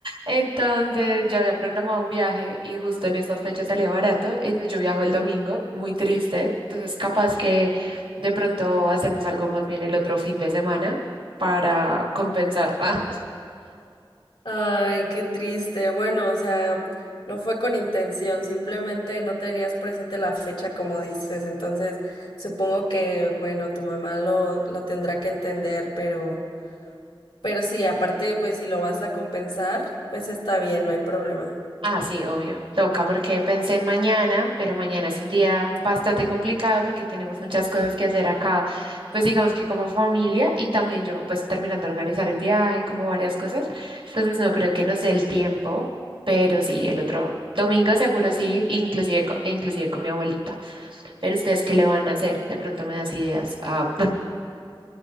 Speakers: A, on the right (about 80°); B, on the left (about 80°).
A: Entonces yo había programado un viaje y justo en estas fechas salía barato. Entonces yo viajo el domingo, muy triste. Entonces capaz que de pronto hacemos algo más bien el otro fin de semana para compensar. <laughs>
B: Ay, qué triste. Bueno, o sea, no fue con intención, simplemente no tenías presente la fecha como dices. Entonces, supongo que, bueno, tu mamá lo, lo tendrá que entender, pero, pero sí, aparte, pues si lo vas a compensar, pues está bien, no hay problema.
A: Ah, sí, obvio. Toca porque pensé en mañana, pero mañana es un día bastante complicado porque tenemos muchas cosas que hacer acá, pues digamos que como familia y también yo, pues terminando de organizar el viaje, como varias cosas. Entonces no creo que nos dé el tiempo, pero sí, el otro domingo seguro sí, inclusive, co- e inclusive con mi abuelita. Pero ustedes, ¿qué le van a hacer? De pronto me das ideas. Ah.